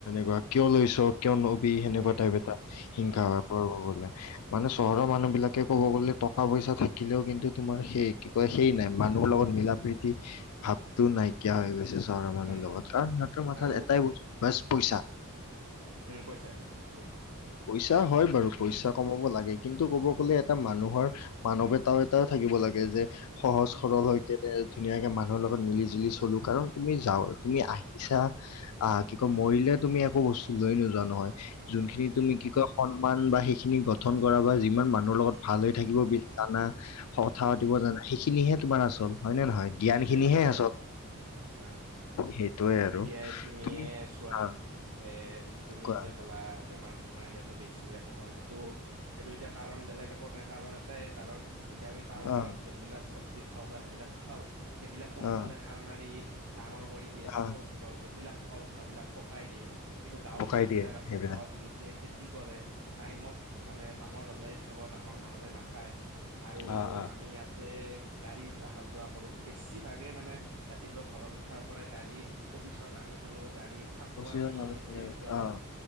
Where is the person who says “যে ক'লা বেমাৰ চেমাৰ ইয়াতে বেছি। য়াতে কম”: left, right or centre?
Right